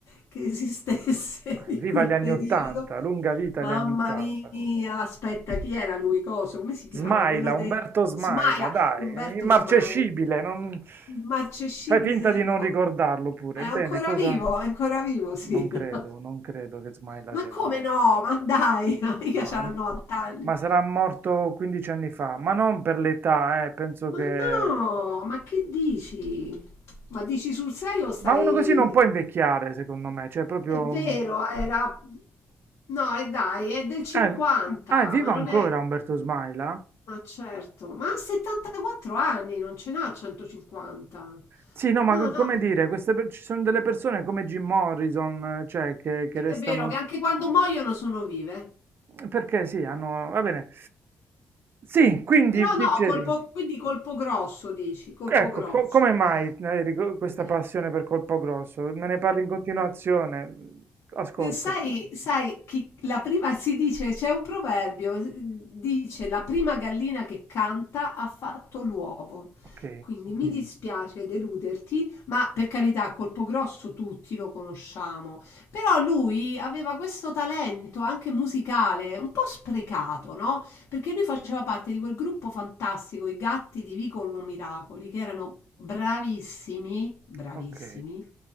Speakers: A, on the left; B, on the right.
A: che esistesse
B: Ah,
A: <laughs> in
B: Viva
A: quel
B: gli anni
A: periodo.
B: 80, lunga vita
A: Mamma
B: gli anni 80.
A: mia, aspetta, chi era lui? Coso? Come si chiama?
B: Smaila,
A: Quello dei
B: Umberto Smaila,
A: Smaila,
B: dai,
A: Umberto
B: è immarcescibile,
A: Smaila.
B: non...
A: Immarcescibile.
B: fai finta di non ricordarlo pure.
A: È ancora
B: Bene, cosa?
A: vivo, è ancora vivo, sì.
B: Non
A: <laughs>
B: credo, non credo che Smaila
A: Ma
B: sia
A: come
B: vivo.
A: no? Ma dai, <laughs> mica
B: No,
A: c'ha
B: è-
A: 90 anni.
B: ma sarà morto 15 anni fa, ma non per l'età, eh, penso
A: Ma
B: che...
A: no, ma che dici? Ma dici sul serio stai...
B: Ma uno così non può invecchiare, secondo me, cioè proprio...
A: È vero, era... No, e dai, è del 50,
B: Eh, ah, è vivo
A: ma non
B: ancora
A: è...
B: Umberto Smaila?
A: Ma certo, ma ha 74 anni, non ce n'ha 150.
B: Sì, no, ma
A: No,
B: co-
A: no,
B: come dire, queste per- ci sono delle persone come Jim Morrison, eh, cioè, che, che restano...
A: è vero che anche quando muoiono sono vive.
B: Perché sì, hanno va bene. Sì, quindi
A: Però no,
B: dicevi,
A: colpo, quindi colpo grosso, dici, colpo
B: ecco,
A: grosso.
B: co- come mai hai questa
A: Ok.
B: passione per Colpo Grosso? Me ne parli in continuazione, ascolto.
A: Eh, Sai, sai, chi- la prima, si dice, c'è un proverbio, s- dice la prima gallina che canta ha fatto l'uovo.
B: Ok,
A: Quindi mi Mm. dispiace deluderti, ma per carità, Colpo Grosso tutti lo conosciamo. Però lui aveva questo talento anche musicale, un po' sprecato, no? Perché lui faceva parte di quel gruppo fantastico, i Gatti di Vicolo Miracoli, che erano bravissimi, bravissimi
B: ok,